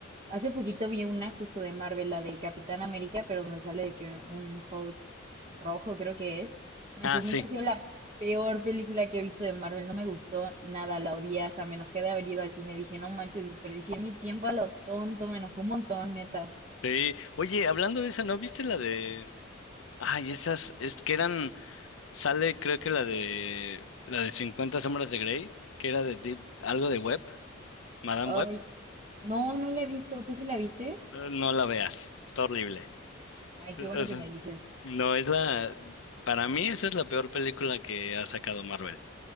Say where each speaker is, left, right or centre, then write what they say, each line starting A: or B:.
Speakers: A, on the right (about 35°); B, on the left (about 80°).
A: Hace poquito vi una justo de Marvel, la de Capitán América, pero donde sale de que un Hulk rojo creo que es. Manches,
B: Ah, sí.
A: neta ha sido la peor película que he visto de Marvel. No me gustó nada, la odié, hasta me enojé de haber ido al cine. Dije, no manches, desperdicié mi tiempo a lo tonto, me enojó un montón, neta.
B: Sí. Oye, hablando de esa, ¿no viste la de... Ay, esas, es que eran, sale creo que la de, la de 50 sombras de Grey, que era de Deep, algo de Web, Madame Web.
A: Ay, no, no la he visto. ¿Tú sí la viste?
B: Eh, No la veas, está horrible.
A: Ay, qué bueno
B: O
A: que
B: sea,
A: me dices.
B: no, es la, para mí esa es la peor película que ha sacado Marvel.